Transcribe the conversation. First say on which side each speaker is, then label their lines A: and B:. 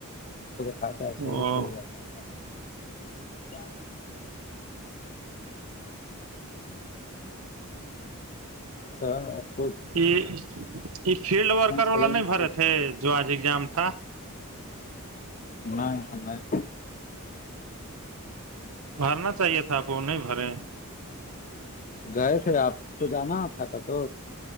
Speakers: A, on the left; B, on the right.
A: کاتا ہے
B: او
A: س ک جاتا اچ ہ کو
B: یہ یہ فیلڈ ورکر
A: سولہ
B: والا نہیں بھرے
A: تو
B: تھے جو آج اگزام تھا
A: نہیں
B: بھرنا چاہیے تھا آپ کو نہیں بھرے
A: گئے تھے آپ کو جانا تھا کا تو